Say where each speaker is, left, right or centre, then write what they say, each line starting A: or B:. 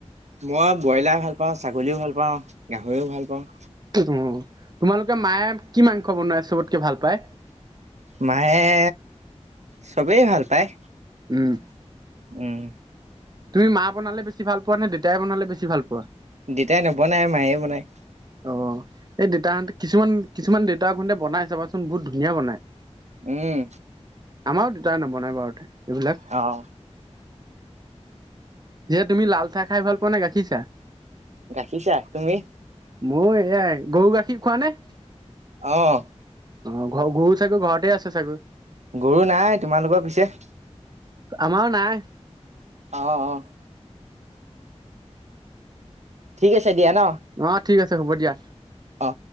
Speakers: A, on the right; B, on the right.
A: মই ব্ৰইলাৰ ভাল পাওঁ ছাগলীও ভাল পাওঁ গাহৰিও ভাল পাওঁ।
B: উম, তোমালোকে মায়ে কি মাংস বনাই চবতকে ভাল পায়?
A: মায়ে চবেই ভাল পায়।
B: উম।
A: উম।
B: তুমি মা বনালে বেছি ভাল পোৱা নে দেতাই বনালে বেছি ভাল পোৱা?
A: দেতাই নবনায় মাইয়ে বনায়।
B: অ এই দেতাহঁতে কিছুমান কিছুমান দেউতাহঁতে বনাই চাবাচোন বহুত ধুনীয়া বনায়।
A: উম।
B: আমাৰো দেতাই নবনাই বাৰুতে এইবিলাক।
A: অ'।
B: যে তুমি লাল চাহ খাই ভাল পোৱা নে গাখীৰ চাহ?
A: গাখিৰ চাহ তুমি?
B: মোৰো সেৱাই গৰু গাখীৰ খোৱানে?
A: অ'।
B: অ' ঘ গৰু চাগৈ ঘৰতে আছে চাগৈ
A: গৰু নাই তোমালোকৰ পিছে?
B: আমাৰও নাই।
A: অ অ। ঠিক আছে দিয়া ন?
B: অ ঠিক আছে হ'ব দিয়া।
A: অ।